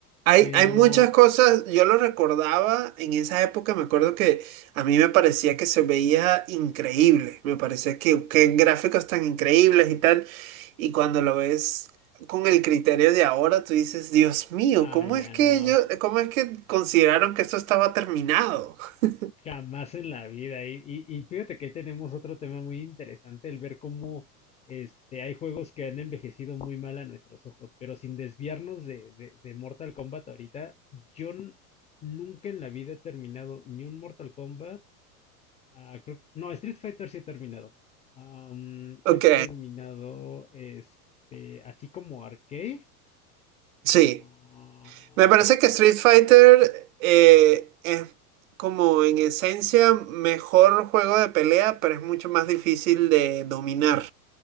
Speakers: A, on the right (about 60°); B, on the left (about 15°).
A: Hay,
B: Pero,
A: hay muchas cosas, yo lo recordaba en esa época, me acuerdo que a mí me parecía que se veía increíble, me parecía que qué gráficos tan increíbles y tal, y cuando lo ves con el criterio de ahora, tú dices, Dios mío,
B: ah,
A: ¿cómo
B: ya
A: es que
B: no,
A: ellos, cómo es que consideraron que esto estaba terminado? <laughs>
B: jamás en la vida. Y, y, y fíjate que ahí tenemos otro tema muy interesante, el ver cómo este, hay juegos que han envejecido muy mal a nuestros ojos, pero sin desviarnos de, de, de Mortal Kombat ahorita, yo n- nunca en la vida he terminado ni un Mortal Kombat Ah, creo que- no, Street Fighter sí he terminado. Am,
A: Ok,
B: he terminado este, así como arcade.
A: sí.
B: Ah,
A: Me parece que Street Fighter eh, es como en esencia mejor juego de pelea, pero es mucho más difícil de dominar.